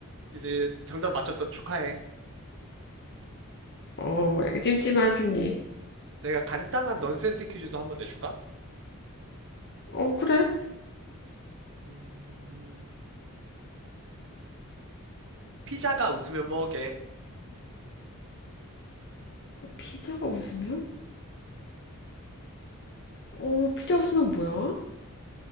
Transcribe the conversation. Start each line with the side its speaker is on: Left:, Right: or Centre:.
Right: 이제 정답 맞췄어 축하해.
Left: 어, 약간 찜찜한 승리.
Right: 내가 간단한 넌센스 퀴즈도 한번 내줄까?
Left: 어, 그래?
Right: 음... 피자가 웃으면 뭐게?
Left: 피자가 웃으면? 어, 피자 웃으면 뭐야?